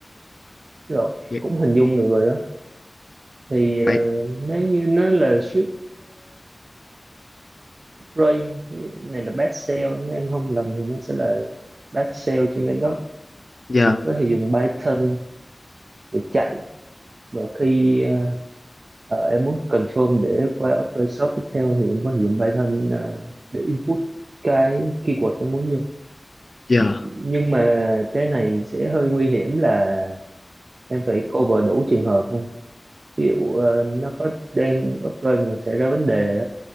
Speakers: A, on the right; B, on the left.
A: rồi
B: vậy
A: cũng hình dung được rồi đó thì
B: vậy
A: ờ, nếu như nó là strip Rồi này là best sale nếu em không lầm thì nó sẽ là best sale trên Linux
B: giờ
A: thì có thể dùng Python để chạy và khi ờ, ờ, em muốn confirm để qua Opera Shop tiếp theo thì em có thể dùng Python ờ, để input cái keyword em muốn vô
B: giờ
A: nhưng mà cái này sẽ hơi nguy hiểm là em phải cover đủ trường hợp thôi. ví dụ ờ, nó có đang Opera mà xảy ra vấn đề